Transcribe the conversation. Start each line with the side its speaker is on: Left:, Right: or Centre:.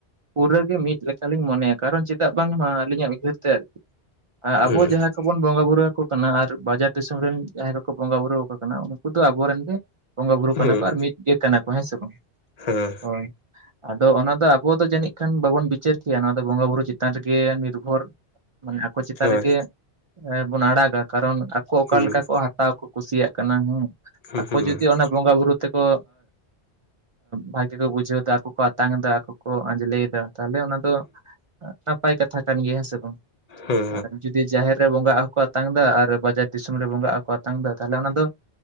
Right: ᱯᱩᱨᱟᱹ ᱜᱮ ᱢᱤᱫ ᱞᱮᱠᱟᱞᱤᱧ ᱢᱚᱱᱮᱭᱟ ᱠᱟᱨᱚᱱ ᱪᱮᱫᱟᱜ ᱵᱟᱝᱢᱟ ᱟᱹᱞᱤᱧᱟᱜ ᱩᱭᱦᱟᱹᱨ ᱛᱮ ᱟᱨᱠᱤ ᱟᱵᱚ
Left: ᱦᱮᱸ ᱦᱮᱸ
Right: ᱡᱟᱦᱟᱸᱭ ᱠᱚᱵᱚᱱ ᱵᱚᱸᱜᱟ ᱵᱩᱨᱩᱣᱟᱠᱚ ᱠᱟᱱᱟ ᱟᱨ ᱵᱟᱡᱟᱨ ᱫᱤᱥᱚᱢ ᱨᱮᱱ ᱡᱟᱦᱟᱸᱭ ᱠᱚᱠᱚ ᱵᱚᱸᱜᱟ ᱵᱩᱨᱩ ᱟᱠᱚ ᱠᱟᱱᱟ ᱩᱱᱠᱩ ᱫᱚ ᱟᱵᱚᱨᱮᱱ ᱜᱮ ᱵᱚᱸᱜᱟ ᱵᱩᱨᱩ ᱠᱟᱱᱟ
Left: ᱦᱮᱸ
Right: ᱠᱚ ᱟᱨ ᱢᱤᱫ ᱜᱮ ᱠᱟᱱᱟ ᱠᱚ ᱦᱮᱸ ᱥᱮ ᱵᱟᱝ
Left: ᱦᱮᱸ
Right: ᱦᱳᱭ᱾ ᱟᱫᱚ ᱚᱱᱟ ᱫᱚ ᱟᱵᱚ ᱫᱚ ᱡᱟᱹᱱᱤᱡ ᱠᱷᱟᱱ ᱵᱟᱵᱚᱱ ᱵᱤᱪᱟᱹᱨ ᱠᱮᱭᱟ ᱱᱚᱣᱟ ᱫᱚ ᱵᱚᱸᱜᱟ ᱵᱩᱨᱩ ᱪᱮᱛᱟᱱ ᱨᱮᱜᱮ ᱱᱤᱨᱵᱷᱚᱨ ᱢᱟᱱᱮ ᱟᱠᱚ ᱪᱮᱛᱟᱱ
Left: ᱦᱳᱭ
Right: ᱨᱮᱜᱮ ᱵᱚᱱ ᱟᱲᱟᱜᱟ ᱠᱟᱨᱚᱱ ᱟᱠᱚ ᱚᱠᱟ
Left: ᱦᱩᱸ
Right: ᱞᱮᱠᱟ ᱠᱚ ᱦᱟ ᱦᱟᱛᱟᱣ ᱠᱚ ᱠᱩᱥᱤᱭᱟᱜ ᱠᱟᱱᱟ ᱦᱮᱸ
Left: ᱦᱩᱸ
Right: ᱟᱠᱚ
Left: ᱦᱩᱸ ᱦᱩᱸ
Right: ᱡᱩᱫᱤ ᱚᱱᱟ ᱵᱚᱸᱜᱟ ᱵᱩᱨᱩ ᱛᱮᱠᱚ ᱵᱷᱟᱜᱤ ᱠᱚ ᱵᱩᱡᱷᱟᱹᱣ ᱫᱟ ᱟᱠᱚ ᱠᱚ ᱟᱛᱟᱝ ᱮᱫᱟ ᱟᱠᱚ ᱠᱚ ᱟᱸᱡᱽᱞᱮᱭᱮᱫ ᱛᱮ ᱛᱟᱦᱚᱞᱮ ᱚᱱᱟ ᱫᱚ ᱱᱟᱯᱟᱭ ᱠᱟᱛᱷᱟ ᱠᱟᱱ ᱜᱮᱭᱟ ᱦᱮᱸ ᱥᱮ ᱵᱟᱝ?
Left: ᱦᱮᱸ᱾
Right: ᱟᱨ ᱡᱩᱫᱤ ᱡᱟᱦᱮᱨ ᱨᱮ ᱵᱚᱸᱜᱟᱜ ᱦᱚᱸᱠᱚ ᱟᱛᱟᱝ ᱮᱫᱟ ᱟᱨ ᱵᱟᱡᱟᱨ ᱫᱤᱥᱚᱢ ᱨᱮ ᱵᱚᱸᱜᱟᱜ ᱦᱚᱸᱠᱚ ᱟ ᱟᱛᱟᱝ ᱮᱫᱟ ᱛᱟᱦᱚᱞᱮ ᱚᱱᱟ ᱫᱚ